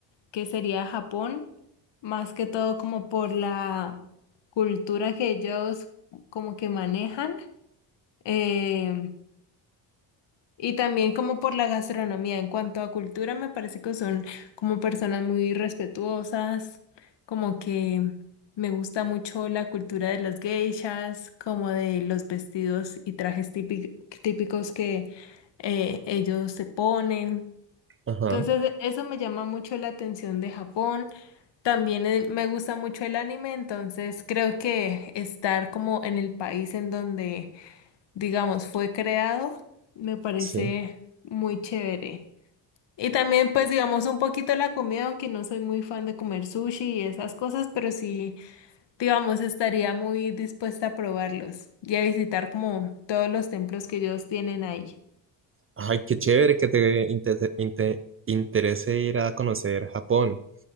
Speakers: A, on the left (about 65°); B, on the right (about 30°).
A: que sería Japón, más que todo como por la cultura que ellos como que manejan. eh, Y también como por la gastronomía, en cuanto a cultura, me parece que son como personas muy respetuosas, como que me gusta mucho la cultura de las geishas, como de los vestidos y trajes típi- típicos que eh, ellos se ponen.
B: Ajá.
A: Entonces, eso me llama mucho la atención de Japón. También eh, me gusta mucho el anime, entonces creo que estar como en el país en donde digamos, fue creado, me parece
B: Sí.
A: muy chévere. Y también, pues, digamos, un poquito la comida, aunque no soy muy fan de comer sushi y esas cosas, pero sí, digamos, estaría muy dispuesta a probarlos y a visitar como todos los templos que ellos tienen ahí,
B: Ay, qué chévere que te inte- inte- interese ir a conocer Japón.